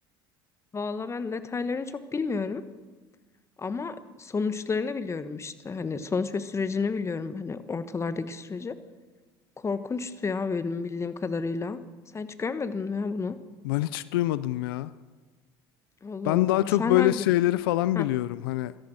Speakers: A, on the left; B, on the left.
A: Valla ben detaylarını çok bilmiyorum. Ama sonuçlarını biliyorum işte. Hani sonuç ve sürecini biliyorum. Hani ortalardaki süreci. Korkunçtu ya bölüm bildiğim kadarıyla. Sen hiç görmedin mi ya bunu?
B: Ben hiç duymadım ya.
A: Allah
B: Ben
A: Allah.
B: daha çok
A: Sen
B: böyle
A: hangi...
B: şeyleri falan
A: Ha
B: biliyorum. Hani